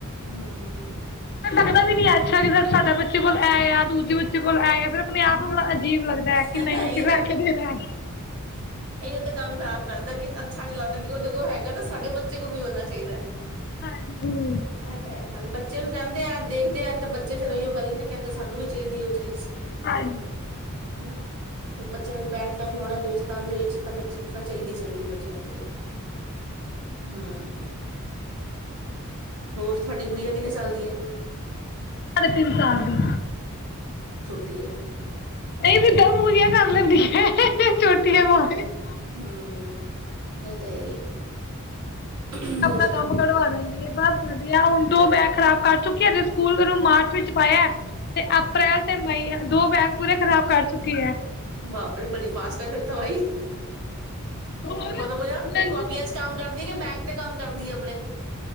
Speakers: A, on the right; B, on the left.
A: ਹਮ
B: ਫੇਰ ਲੱਗਦਾ ਵੀ ਨੀ ਐ, ਅੱਛਾ ਜੀ ਸਰ ਸਾਡਾ ਬੱਚੇ ਕੋਲ ਐ ਆ ਦੂਜੇ ਬੱਚੇ ਕੋਲ ਐ ਆ ਫਿਰ ਆਪ ਨੂੰ ਬੜਾ ਅ ਅਜੀਬ ਅੱਛਾ ਲੱਗਦਾ ਕਿ
A: ਇਹੀਓ
B: ਨਹੀਂ ਅਸੀਂ ਲੈ ਕੇ ਦੇਣਾ।
A: ਇਹੀ ਉਹ ਤੇ ਕੰਮ ਖਰਾਬ ਕਰਦਾ ਕੀ, ਅੱਛਾ ਨੀ ਲੱਗਦਾ ਕਿ ਉਹਦੇ ਕੋਲ ਹੈਗਾ ਸ ਸਾਡੇ ਬੱਚੇ ਕੋਲ ਵੀ ਹੋਣਾ ਚਾਹੀਦਾ ਹੈ।
B: ਹਾਂਜੀ
A: ਇਹ ਤਾਂ ਹੈ, ਨਾਲੇ ਬੱਚ ਬੱਚੇ ਹਣ ਜਾਂਦੇ ਆ ਦੇਖਦੇ ਆ ਤੇ, ਬੱਚੇ ਫਰ ਉਹੀਓ ਗੱਲ ਨਾ ਕਹਿੰਦੇ ਸਾਨੂੰ ਵੀ ਚਾਹੀਦੀ ਐ, ਉਹ ਚੀਜ਼।
B: ਹਾਂਜੀ
A: ਹਨਾ ਫਿਰ ਬੱਚਿਆਂ ਨੇ ਬੈਠਣਾ ਖਿਲਾਣਾ ਦੋਸਤਾਂ ਦੇ ਵਿੱਚ, ਤਾਂ ਫੇਰ ਚੀਜ਼ ਤਾਂ ਚਾਹੀਦੀ ਚਾਹੀਦੀ ਐ ਬੱ ਬੱਚਿਆਂ ਨੂੰ ਇਹ, ਹੂੰ। ਹੋਰ ਤੁਹਾਡੀ ਗੁੜੀਆਂ ਕਿੰਨੇ ਸਾਲ ਦੀ ਐ?
B: ਸਾਡੇ ਤਿੰਨ ਸਾਲ ਦੀ।
A: ਦੀ ਹੈ
B: ਨਹੀਂ ਜਿੱਦਾਂਪੂਰੀਆਂ ਕਰ ਲੈਂਦੀਆਂ ਛੋਟੀ ਬੇ <unintelligible>
A: ਹੂੰ ਉਹ ਤਾਂ ਹੀ ਹੈ ਹੋਰ
B: ਆਪਣਾ ਕੰਮ ਕਢਵਾ ਲੈਂਦੀ ਹੈ ਬਸ ਵਧੀਆ ਹੁਣ ਦੋ ਬੈਗ ਖ਼ਰਾਬ ਕਰ ਚੁੱਕਿਆਜੇ ਸਕੂਲ ਮੈਨੂੰ ਮਾਰਚ ਵਿੱਚ ਪਾਇਆ ਤੇ ਅਪ੍ਰੈਲ ਤੇ ਮਈ ਦੋ ਬੈਗ ਪੂਰੇ ਖ਼ਰਾਬ ਕਰ ਚੁੱਕੀ ਹੈ
A: ਬਾਪਰੇਬੜੀ ਫਾਸਟ ਹੈ ਫਿਰ ਤਾਂ ਵਾਈ
B: ਹੋਰ
A: ਮਲ
B: ਲੰਚ
A: ਕਾਪੀਆਂ ਚ ਕੰਮ ਕਰਦੀਆਂ ਕਿ ਬੈਗ ਤੇ ਕੰਮ ਕਰਦੀਏ ਆਪਣੇ